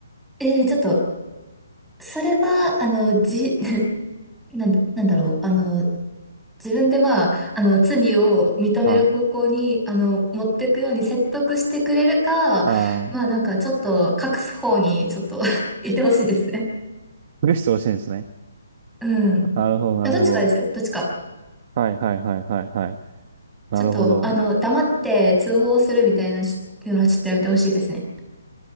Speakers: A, in the centre; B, on the right (about 40°).
A: ええちょっと、それは、あの、じ、<laughs> なんだ、なんだろう、あの、自分でまあ、あの、罪を認める方向に、
B: はい。
A: あの、持っていくように説得してくれるか、
B: あ
A: まあなんかちょっと隠す方にちょっと <laughs> 行ってほしいですね。
B: あ、隠してほしいんですね。
A: うん。
B: なるほど、なるほど。
A: あどっちかですよ、どっちか。
B: はい、はい、はい、はい、はい。なるほど。
A: ちょっと、あの、黙って通報するみたいないうのはちょっとやめてほしいですね。